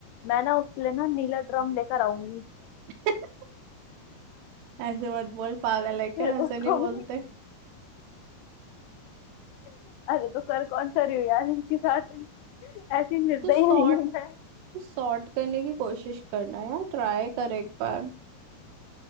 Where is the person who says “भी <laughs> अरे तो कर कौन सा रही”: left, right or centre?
Left